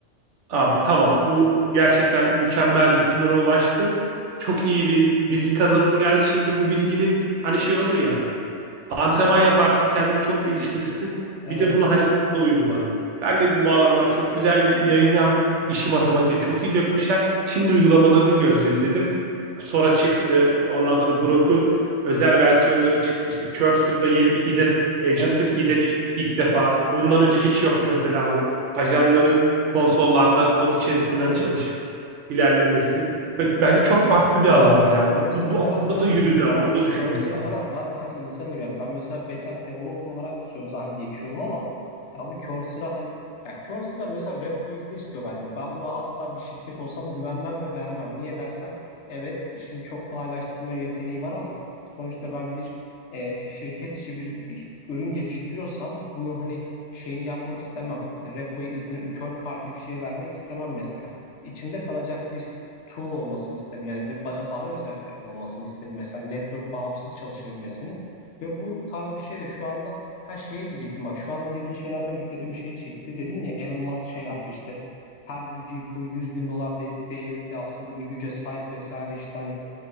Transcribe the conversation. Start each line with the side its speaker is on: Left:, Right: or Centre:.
Right: Abi tamam bu gerçekten mükemmel bir sınıra ulaştı. Çok iyi bir bilgi kazanımı geldi. Şimdi bu bilginin hani şey olur ya Antrenman yaparsın, kendini çok geliştirirsin.
Left: evet,
Right: Bir de bunu hani sahada uygula. Ben dedim bu adamlar çok güzel bir yayın yaptı. İşi matematiğe çok iyi dökmüşler. Şimdi uygulamalarını göreceğiz dedim. Sora çıktı. Ondan sonra Grok'un özel versiyonları çıktı. İşte Cursor'da yeni bir IDE, Agent'lık
Left: evet.
Right: IDE çıktı ilk defa. Bundan önce hiç yoktu mesela bu. Ajanların konsollarda kod içerisinden
Left: Hı hı.
Right: çalışıp ilerlemesi. Ve Bence çok farklı bir alandı
Left: Ya
Right: yani.
Left: cursor
Right: Bu, bu
Left: falan
Right: aslında
Left: yani
Right: da yürüdü ama onu da düşünmek
Left: Cursor
Right: lazım.
Left: falan zaten hani insan ben. Ben mesela backend developer olarak sözde hani geçiyorum ama ya bu Cursor'a hani ya Cursor'a mesela repo izni istiyor benden. Ben buna asla bir şirket olsam güvenmem ve vermem. Niye dersen evet işimi çok kolaylaştırma yeteneği var ama sonuçta ben bir e, şirket içi bir iş- ürün geliştiriyorsam bunu hani şeyini yapmak istemem. E, repo izni third party bir şey vermek istemem mesela. İçimde kalacak bir tool olmasını isterim. Yani bir bana bana özel bir tool olmasını isterim. Mesela network bağımsız çalışabilmesini ve bu tarz bir şey de şu anda her şeye diyecektim. Bak şu anda dediğin şeylerden dikkatimi şey çekti. Dedin ya Elon Musk şey yaptı işte her bir GPU yüz bin dolar de- değerinde aslında bir güce sahip vesaire işte hani